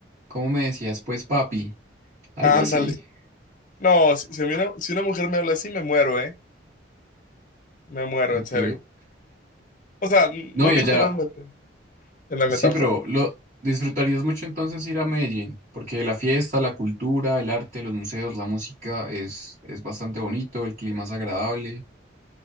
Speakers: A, on the right; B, on the left.
A: ¿cómo me decías pues, papi? Algo
B: Ándale.
A: así.
B: No, si, si a mí una, si una mujer me habla así, me muero, ¿eh? Me muero,
A: Ok.
B: en serio. O sea, n-
A: No,
B: no
A: y
B: literalmente,
A: allá,
B: en la
A: Sí,
B: metáfora.
A: pero lo disfrutarías mucho entonces ir a Medellín, porque la fiesta, la cultura, el arte, los museos, la música es, es bastante bonito, el clima es agradable.